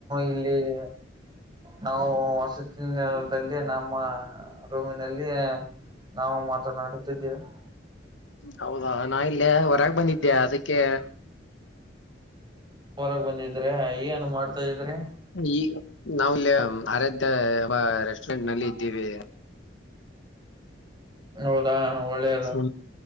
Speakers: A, on the right; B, on the left.
A: ಇಲ್ಲಿ <inaudible> ನಾವು ವಸತಿ ನಿಲಯದಲ್ಲಿ ನಮ್ಮ ರೂಮಿನಲ್ಲಿ <inaudible> ನಾವು ಮಾತನಾಡುತ್ತಿದ್ದೇವೆ. <inaudible>
B: ಹೌದಾ ನಾ ಇಲ್ಲೇ ಹೊರಗ್ ಬಂದಿದ್ದೆ ಅದಕ್ಕೆ. <inaudible>
A: ಹೊರಗ್ ಬಂದಿದ್ರೆ ಏನ್ ಮಾಡ್ತಾ ಇದ್ರಿ? <inaudible>
B: ಈ ನಾವ್ ಇಲ್ಲಿ ಆರಾಧ್ಯರಾ ರೆಸ್ಟೋರೆಂಟ್ ನಲ್ಲಿ ಇದ್ದೀವಿ. <inaudible>
A: ಹೌದಾ ಒಳ್ಳೆ <inaudible>
B: ಹೂ